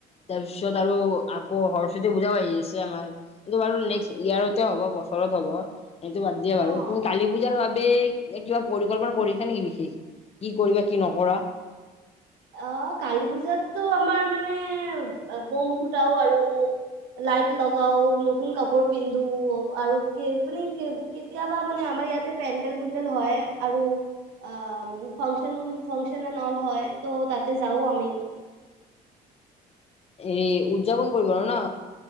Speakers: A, on the left; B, on the right.
A: তাৰপিছত আৰু আকৌ সৰস্বতী পূজাও আহি আছে আমাৰ। কিন্তু বাৰু নেক্সচ ইয়াৰতে হ'ব বছৰত হ'ব। এইটো বাদ দিয়া বাৰু,
B: অ
A: তুমি কালী পূজাৰ বাবে এনে কিবা পৰিকল্পনা কৰিছা নেকি বিশেষ। কি কৰিবা কি নকৰা।
B: অ কালী পূজাতটো আমাৰ মানে বম ফুটাও আৰু। লাইট লগাও, নতুন কাপোৰ পিন্ধো আৰু কি মানে কি কেতিয়াবা মানে আমাৰ ইয়াতে পেণ্ডেল পুণ্ডল হয় আৰু। অঁহ ফাংচন ফাংচন এন অল হয় তো তাতে যাও আমি।
A: এই উদযাপন কৰিব আৰু ন,